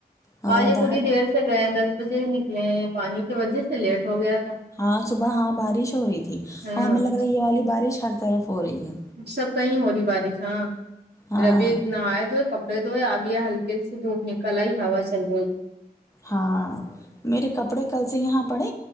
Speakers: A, on the left (about 20°); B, on the right (about 85°).
A: ہاں
B: آ یہ
A: باہر
B: خود ہی دیر
A: کا
B: سے سے گئے دس بجے ہی نکلے ہیں پانی کی وجہ سے لیٹ ہو گیا تھا
A: ہاں صبح ہاں بارش ہو رہی تھی
B: ہاں
A: اور ہمیں لگ رہا ہے یہ والی بارش ہر طرف ہو رہی ہے
B: سب کہی ہو رہی بارش ہاں
A: ہاں
B: پھر ابھی نہاے دھوے کپڑ ے دھوے اب یہ ہلکی سی دھوپ نکل آئی ہوا چل رہی ہے
A: ہاں میرے کپڑے کل سے یہاں پڑے